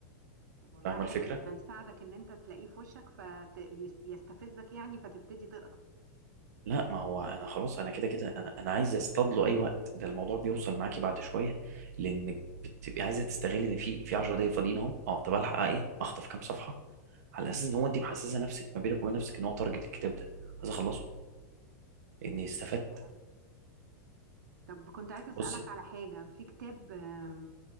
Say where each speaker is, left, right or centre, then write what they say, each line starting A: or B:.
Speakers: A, on the right; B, on the right.
A: طب والله
B: فاهمه
A: حلو
B: الفكره
A: ده يساعدك ان انت تلاقيه في وشك فيستفزك يعني فتبتدي تقرا
B: لا ما هو انا خلاص انا كده كده انا انا عايز اصطاد له اي وقت ده الموضوع بيوصل معاكي بعد شويه لانك بتبقي عايزه تستغلي ان في في 10 دقايق فاضيين اهم اه طب الحق ايه اخطف كام صفحه على اساس ان هو انت محسسه نفسك ما بينك وبين نفسك ان هو تارجت الكتاب ده عايز اخلصه لاني استفدت
A: حلو أوي. طب كنت عايزة أسألك
B: بصي
A: على حاجة في كتاب آم،